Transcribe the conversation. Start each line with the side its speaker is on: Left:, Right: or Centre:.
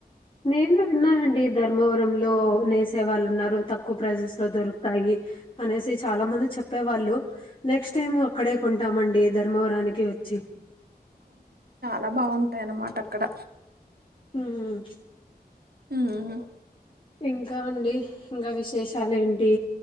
Left: నేనూ విన్నానండి ధర్మవరం లో నేసే వాళ్ళు ఉన్నారు తక్కువ ప్రైసస్ లో దొరు కుతాయి అనేసి చాలా మంది చెప్పేవాళ్ళు నెక్స్ట్ టైం అక్కడే కొంటామండి ధర్మవరానికి వచ్చి
Right: లా బావుంటాయి అన్నమాట అక్కడ
Left: హ్మ్
Right: హ్మ్మ్
Left: ఇంకా అండి ఇంకా విశేషాలు ఏంటి